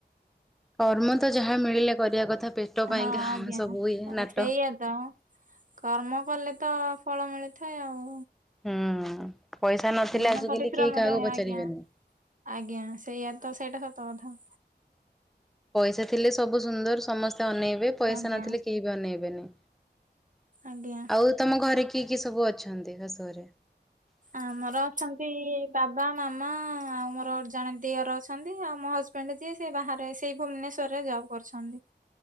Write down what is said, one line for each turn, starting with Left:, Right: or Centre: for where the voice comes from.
Centre: କର୍ମ ତ ଯାହା ମିଳିଲା କରିବା କଥା ପେଟ
Right: ହଁ
Centre: ପାଇଁକା
Right: ଆଜ୍ଞା
Centre: ହ ସବୁ ଏଇ ନାଟ।
Right: ସେଇଆ ତ କର୍ମ କଲେ ତ ଫଳ ମିଳିଥାଏ ଆଉ।
Centre: ହୁଁ ପଇସା ନଥିଲେ
Right: ବିନା
Centre: ଆଜିକାଲି
Right: ପରିଶ୍ରମରେ
Centre: କେହି କାହାକୁ ପଚାରିବେନି।
Right: ଆଜ୍ଞା ଆଜ୍ଞା ସେଇଆା ତ ସେଇଟା ସତ କଥା।
Centre: ପଇସା ଥିଲେ ସବୁ ସୁନ୍ଦର ସମସ୍ତେ ଅନେଇବେ ପଇସା
Right: ଆଜ୍ଞା
Centre: ନଥିଲେ କେହି ବି ଅନେଇବେନି।
Right: ଆଜ୍ଞା।
Centre: ଆଉ ତମ ଘରେ କିଏ କିଏ ସବୁ ଅଛନ୍ତି ଶାଶୁ ଘରେ।
Right: ଆମର ଅଛନ୍ତି ବାବା ମାମା ଆଉ ମୋର ଗ ଜଣେ ଦିଅର ଅଛନ୍ତି ଆଉ ମୋ ହଜବେ ଣ୍ଡ ଯିଏ ସେ ବାହାରେ ସେଇ ଭୁବନେଶ୍ୱରରେ ଜବ୍ କରିଛନ୍ତି।